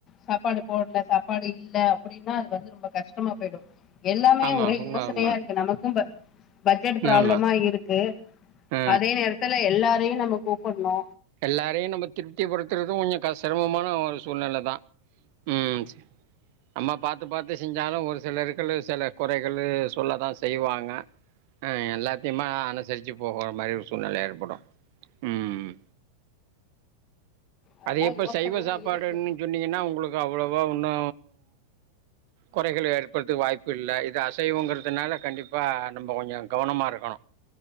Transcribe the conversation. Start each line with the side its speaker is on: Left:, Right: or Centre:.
Left: சாப்பாடு போடுல சாப்பாடு இல்ல அப்புடின்னா அது வந்து ரொம்ப கஷ்டமா பெய்டு எல்லாமே
Right: ஆமா
Left: ஒரே
Right: உண்ம
Left: யோசனையா
Right: உண்ம
Left: இருக்கு நமக்கும்ப்ப பட்ஜெட் ப்ராப்ளமா
Right: ஆமா
Left: இருக்கு
Right: ஆ
Left: அதே நேரத்துல எல்லா இதயு நம்ம கூப்புட்ணு
Right: எல்லாரையு நம்ம திருப்திப்படுத்துறது கொஞ்சோ கஸ் சிரமமான ஒரு சூழ்நெலதா ம் அம்மா பாத்து பாத்து செஞ்சாலு ஒரு சிலருக்கு சில கொறைகளு சொல்லதா செய்வாங்க ம் எல்லாத்தையுமா அனுசரிச்சு போகற மாரி ஒரு சூழ்நெல ஏற்படு ம்
Left: அதெல்லா
Right: அது எப்ப
Left: யோசனையா
Right: சைவ சாப்பாடுனு
Left: இருக்கு
Right: சொன்னீங்கனா உங்களுக் இப்ப அவ்வளவா ஓன்னு கொறைகளு ஏற்படுத்ற்க்கு வாய்ப்பு இல்ல இது அசைவங்கறதுனால கண்டிப்பா நம்ப கொஞ்சோ கவனமா இருக்கணு